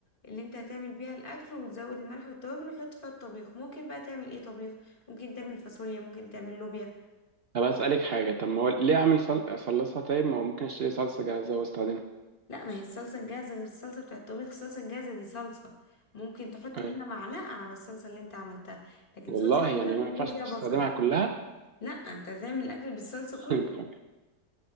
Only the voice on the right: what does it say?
طب اسالك حاجه طب ما هو ليه اعمل صل... صلصه طيب ما هو ممكن اشتري صلصه جاهزه واستخدمها
أي.
والله
يعني ما ينفعش
استخدمها كلها
<laughs>
مفاجأة.